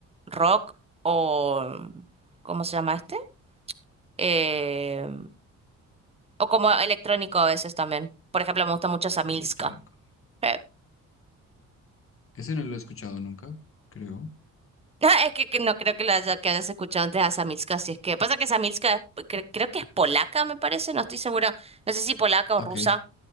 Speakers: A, on the right; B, on the left.
A: rock o, ¿cómo se llama este? Eh, o como electrónico a veces también. Por ejemplo, me gusta mucho Samilska.
B: Electrónico.
A: Eh,
B: Ese no lo he escuchado nunca, creo.
A: <laughs> Es que, que no creo que, lo haya, que hayas escuchado antes a Samilska, si es que pasa que Samilska es- cre- creo que es polaca, me parece, no estoy segura, no sé si polaca o
B: Ok.
A: rusa.